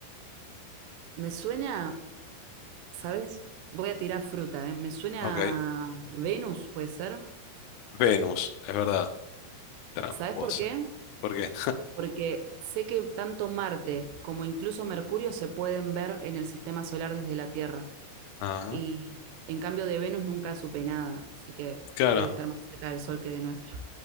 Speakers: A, on the right (about 80°); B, on the left (about 80°).
A: Me suena ¿Sabes? Voy a tirar fruta, ¿eh? Me suena
B: Ok.
A: a Venus, puede ser.
B: Venus, es verdad. Tramposa.
A: ¿Sabes por qué?
B: ¿Por qué?
A: Porque sé que tanto Marte como incluso Mercurio se pueden ver en el sistema solar desde la Tierra.
B: Ah,
A: Y en cambio de Venus nunca supe nada, así que
B: claro.
A: debe estar más cerca del Sol que de nuestro.